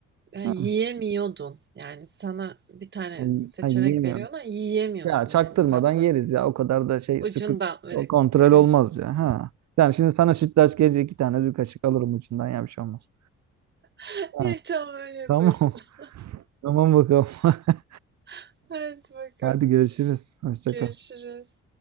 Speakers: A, on the right (about 35°); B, on the right (about 65°).
A: eee, ya,
B: Ha,
A: yiyemiyordun. Yani, sana bir tane
B: ay,
A: seçenek
B: ay yiyemiyorum.
A: veriyorlar, yiyemiyorsun
B: Ya çaktırmadan
A: yani tatlıdan.
B: yeriz ya. O kadar da şey
A: Ucundan
B: sıkı
A: böyle
B: o kontrol
A: kıysın.
B: olmaz ya. Ha. Yani şimdi sana sütlaç gelecek iki tane bir kaşık alırım ucundan ya bir şey olmaz.
A: <laughs>
B: Ha,
A: Evet, tamam öyle yaparız
B: tamam. <laughs>
A: o zaman.
B: Tamam bakalım. <laughs>
A: <laughs> Haydi bakalım.
B: Hadi görüşürüz. Hoşça
A: Görüşürüz.
B: kal.